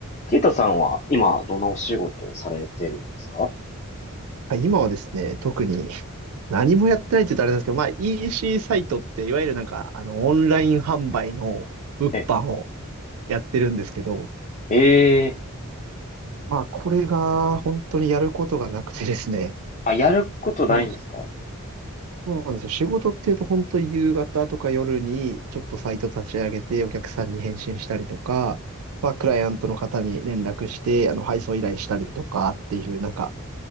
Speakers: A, on the left; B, on the right.
A: ケイタさんは今どんなお仕事をされてるんですか
B: はい今はですね、特に何もやってないって言うとあれなんですけど、まあ EC サイトっていわゆるなんかあのオンライン販売の物販を
A: え、
B: やってるんですけど、
A: ええ
B: まあこれが本当にやることがなくてですね、
A: あ、やることないんですか
B: もうそうなんですよ。仕事っていうと本当に夕方とか夜にちょっとサイト立ち上げてお客さんに返信したりとか、まあクライアントの方に連絡してあの配送依頼したりとかっていうなんか、